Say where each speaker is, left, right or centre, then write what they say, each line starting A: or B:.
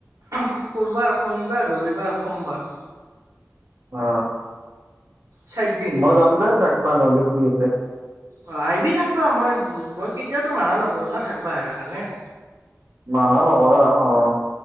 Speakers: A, on the right (about 70°); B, on the right (about 55°).
A: শুকুৰবাৰ, শনিবাৰ, ৰবিবাৰ, সোমবাৰ।
B: অ'।
A: চাৰিদিন
B: মই যাম দেই হ'লে কি আছে।
A: অ, আহিবি থাকিবা মই, মই কেতিয়াওটো মানা নকৰো না থাকিবা আহিবা কাৰণে।
B: মানা নকৰা অ'।